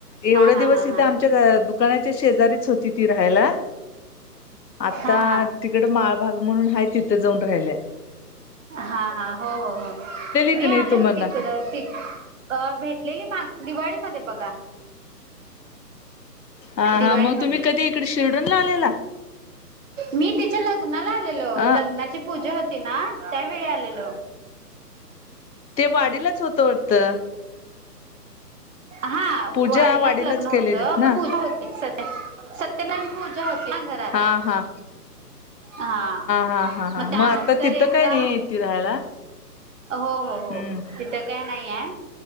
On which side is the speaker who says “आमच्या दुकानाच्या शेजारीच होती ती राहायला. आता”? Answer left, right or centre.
Left